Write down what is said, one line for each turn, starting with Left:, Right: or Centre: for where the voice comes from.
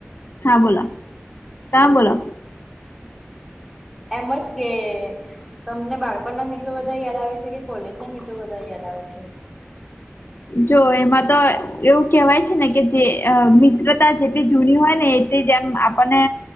Left: હા બોલો ત બોલો.
Centre: એમસ કે તમને બાળપણ ના મિત્રો બધા યાદ આવે છે કે કોલેજ ના મિત્રો બધા યાદ આવે છે.
Left: જો એમાં તો એવું કેહેવાય છે ને કે જે મિત્રતા જેટલી જૂની હોય ને. જેમ આપને